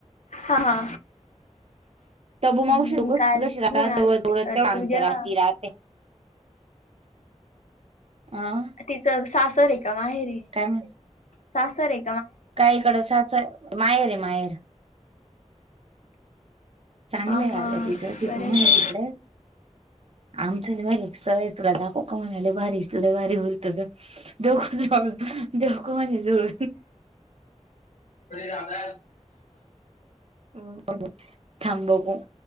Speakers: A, on the left (about 75°); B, on the right (about 55°).
A: हां हां
B: तब्बू मावशी
A: हम्,,
B: कशी
A: काल,
B: कशी राहतात
A: होणा
B: जवळ
A: तू
B: जवळ तेवढं अंतरावर
A: जेव्हा.
B: ती राहते आं,
A: तिचं सासर आहे का माहेरी?
B: काय म्हण?
A: शासरे
B: काहीकड साच माहेर आहे माहेर चांगलंय
A: हा
B: आहे
A: हा
B: काग तिच तिथे
A: बरं
B: म्हण
A: आहे.
B: तिकडे आमचा बारी स तता कोक म्हहिले भारी भारी हो देव ख देवक म नि जर
A: त रा जा
B: हो संभ